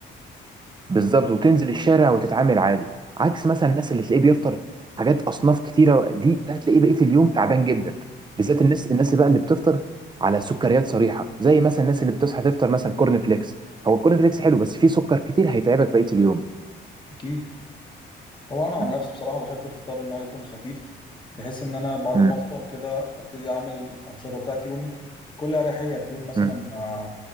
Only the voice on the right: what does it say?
بالظبط وتنزل الشارع وتتعامل عادي عكس مثلا الناس اللي تلاقيه بيفطر حاجات اصناف كتيره دي ده هتلاقيه بقيه اليوم تعبان جدا بالذات الناس الناس بقى اللي بتفطر على سكريات صريحه زي مثلا الناس اللي بتصحى تفطر مثلا كورن فليكس هو الكورن فليكس حلو بس فيه سكر كتير هيتعبك بقيه اليوم
مم.
مم.
مم.